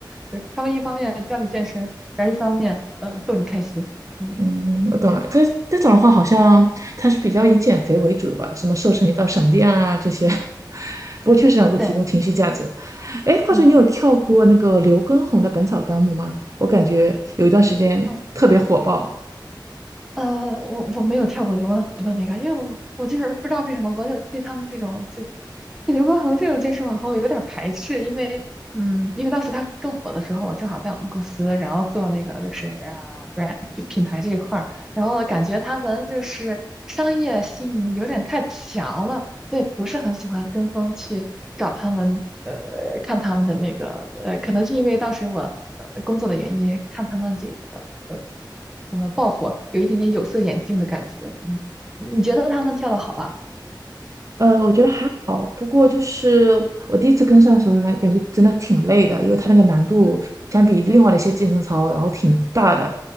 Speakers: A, in the centre; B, on the right.
A: 对，他们一方面教你健身，然后一方面呃逗你开心。嗯，
B: 嗯，我懂了。可是这种的话，好像它是比较以减肥为主的吧？什么瘦成一道闪电啊这些，<laughs> 不过确实能够提供情绪价值。
A: 对对，
B: 哎，话说你有跳过那个刘畊宏的《本草纲目》吗？
A: 嗯。
B: 我感觉有一段时间特别火爆，
A: 嗯呃，我我没有跳过刘畊宏的那个，因为我我就是不知道为什么，我就对他们这种就对刘畊宏这种健身网红有点儿排斥，因为嗯，因为当时他正火的时候，我正好在我们公司，然后做那个就是啊 brand 就品牌这一块儿，然后感觉他们就是商业性有点太强了，所以不是很喜欢跟风去找他们，呃，看他们的那个呃，可能是因为当时我呃工作的原因，看他们这个。呃。怎么爆火，有一点点有色眼镜的感觉。你你觉得他们跳的好吗？
B: 呃，我觉得还好，不过就是我第一次跟上的时候感感觉真的挺累的，
A: 嗯
B: 因为它那个难度相比另外的一些健身操，
A: 嗯，
B: 然后挺大的，